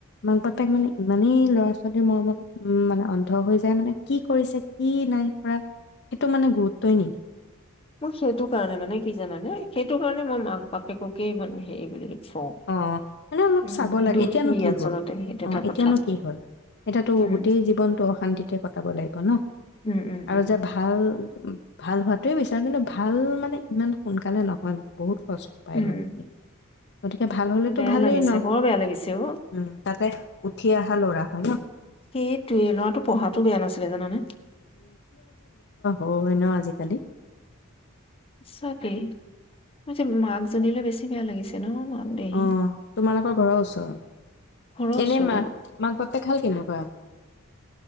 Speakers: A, on the left; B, on the left.
A: মাক বাপেক মানে ইমানেই লৰা ছোৱালীৰ মৰমত উম মানে অন্ধ হৈ যায় মানে কি কৰিছে কি নাই কৰা সেইটো মানে গুৰুত্বই নিদিয়ে।
B: মই সেইটো কাৰণে মানে কি জানানে সেইটো কাৰণে মই মাক <inaudible> পেককে মানে হেৰি বুলি কওঁ
A: অহ, মানে অলপ
B: উম,
A: চাব লাগে।
B: দোষী
A: এতিয়ানো কি
B: আচলতে
A: হ'ল,
B: সেইটো
A: অ
B: এটা কথা।
A: এতিয়ানো কি হ'ল, এটাতো
B: উম,
A: গোটেই জীৱনটো অশান্তিতে কটাব লাগিব ন?
B: উম, উম,
A: আৰু
B: উম,
A: যে ভাল উম, ভাল হোৱাাতোৱে বিচাৰো। কিন্তু ভাল মানে ইমান সোনকালে নহয় মানে বহুত কষ্ট পায়
B: উম,
A: মানে
B: উম।
A: সি গতিকে ভাল হলেতো
B: বেয়া
A: ভালেই
B: লাগিছে,
A: ন?
B: বৰ বেয়া লাগিছে অ'।
A: উম, তাকে। উঠি অহা ল'ৰা। হয় ন?
B: সেইটুৱে, লৰাটো পঢ়হাটো বেয়া নাছিলে, জানানে?
A: অহ, হয় ন? আজিকালি।
B: সঁচাকে, মই যে মাক জনীলৈ বেছিকে বেয়া লাগিছে ন। মাক দেহি
A: অহ, তোমালোকৰ ঘৰৰ ওচৰৰ?
B: ঘৰৰ ওচৰৰে
A: এনে মাক,
B: অ'।
A: মাক-বাপেক হয় কেনেকুৱা?